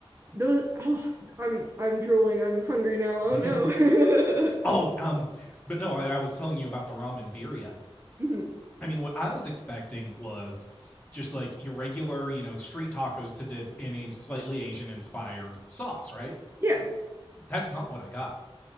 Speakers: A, on the right; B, on the left.
A: those. Oh, I'm I'm drooling. I'm hungry now.
B: <laughs>
A: Oh no. <laughs>
B: oh, um, but no, I, I was telling you about the ramen birria.
A: Mhm.
B: I mean, what I was expecting was just like your regular, you know, street tacos to dip in a slightly Asian inspired sauce, right?
A: Yeah,
B: That's not what I got.